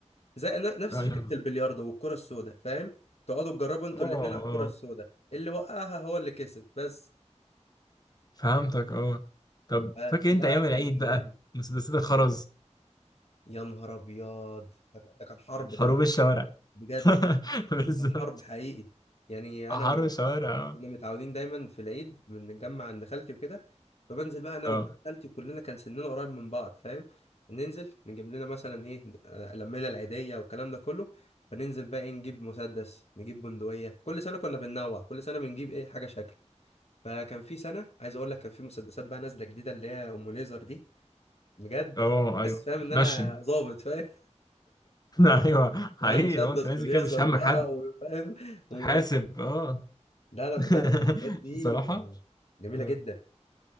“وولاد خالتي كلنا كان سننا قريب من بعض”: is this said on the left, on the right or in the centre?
Left